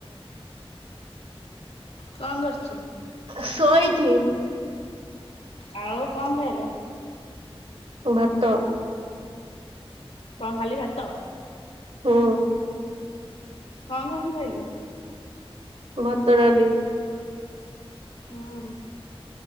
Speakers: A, on the left; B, on the right.
A: କଣ କରୁଚୁ?
B: ଶୋଇଚି।
A: ଆଉ କଣ ଖାଇଲୁ?
B: ଭାତ।
A: କଣ ଖାଲି ଭାତ?
B: ହୁଁ।
A: କଣ କଣ ଖାଇଲୁ?
B: ଭାତ ଡାଲି।
A: ହୁଁ